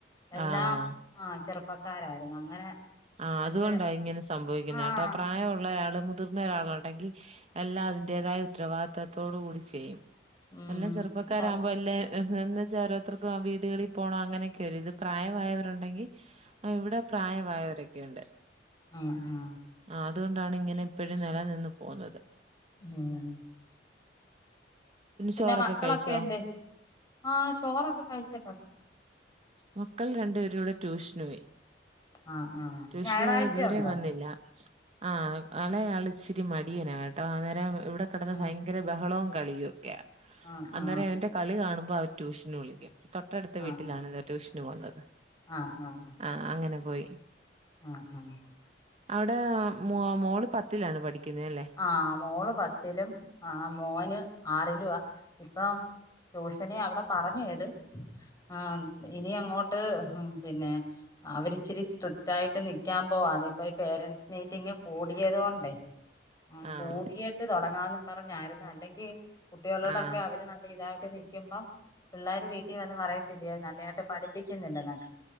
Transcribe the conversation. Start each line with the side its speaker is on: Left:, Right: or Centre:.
Left: എല്ലാം
Right: ആഹ്
Left: ആഹ് ചെറുപ്പക്കാരായിരുന്നു അങ്ങനെ
Right: ആഹ്
Left: പക്ഷെ
Right: അതുകൊണ്ടാ ഇങ്ങനെ സംഭവിക്കുന്നേട്ടോ
Left: ആഹ്
Right: പ്രായവുള്ള ഒരാള് മു മുതിർന്ന ഒരാളുണ്ടെങ്കിൽഎല്ലാം അതിൻ്റേതായ ഉത്തരവാദിത്തത്തോടു കൂടി ചെയ്യും.
Left: ഉം
Right: വല്ല ചെറുപ്പക്കാരാവുമ്പോ
Left: ആഹ്
Right: എല്ലാ ഇഹ്ന്ന ചാറ് അത്രക്കും ആ വീടുകളിൽ പോണോ അങ്ങനെയൊക്കെ വെരും, ഇത് പ്രായമായവരുണ്ടെങ്കി ഏഹ് എവിടെ പ്രായമായവരൊ ക്കെയുണ്ട്.
Left: ആഹ് ആഹ്
Right: ആഹ് അതുകൊണ്ടാണ് ഇങ്ങനെ ഇപ്പഴും നെല നിന്നു പോകുന്നത്
Left: ഹ്മ്മ് പിന്നെ
Right: ചോറൊക്കെ
Left: മക്കളൊക്കെ
Right: കഴിച്ചോ
Left: എന്തെ ആഹ് ചോറൊക്കെ കഴിക്ക
Right: മക്കള് രണ്ടുപേരും ഇവടെ ട്യൂഷന് പോയി.
Left: ആഹ് ആഹ്
Right: ട്യൂഷന്
Left: ഞായറാഴ്ചയുണ്ടോ
Right: പോയി ഇതുവരെ വന്നില്ല ആഹ് എളെ ആള് ഇച്ചിരി മടിയനാ കേട്ടോ അന്നേരം ഇവടെ കെടന്ന്
Left: ആഹ്
Right: ഭയ ങ്കര ബഹളും കളിയൊക്കെയാ
Left: ആഹ്
Right: അന്നേരം
Left: ആഹ്
Right: ഇവന്റെ കളി കാണുമ്പോൾ അവ ട്യൂഷന് വിളിക്കും തൊട്ടട്ത്ത
Left: ആഹ്
Right: വീട്ടിലാണ് ഇവര് ട്യൂഷന് പോകുന്നത്
Left: ആഹ് ആഹ്.
Right: ആഹ് അങ്ങനെ പോയി
Left: ആഹ് ആഹ്.
Right: അവടെ മോ മോള് പത്തിലാണ് പഠിക്കുന്നല്ലേ
Left: ആഹ് മോള് പത്തിലും ആഹ് മോന് ആറിലുവാ ഇപ്പം ട്യൂഷന് അവടെ പറഞ്ഞേയ്ത് ആഹ് ഇനി അങ്ങോട്ട് പിന്നെ അവരിച്ചിരി സ്ട്രിക്റ്റായിട്ട് നിക്കാ പോവാന്ന് ഇപ്പ ഈ പേരൻസ് മീറ്റിംഗ് കൂടിയത് കൊണ്ടേ ഹ്മ്മ്
Right: ആഹ്
Left: കൂടിയിട്ട് തൊടങ്ങാന്നും പറഞ്ഞായിരുന്നു അല്ലെങ്കി കുട്ടികളോടൊക്കെ
Right: ആഹ്
Left: അവര് നല്ല ഇതായിട്ട് നി നിക്കുമ്പം പിള്ളേര് വീട്ടിൽ വന്ന് പറയത്തില്ലയോ നല്ലതായിട്ട് പഠിപ്പിക്കുന്നില്ലെന്ന്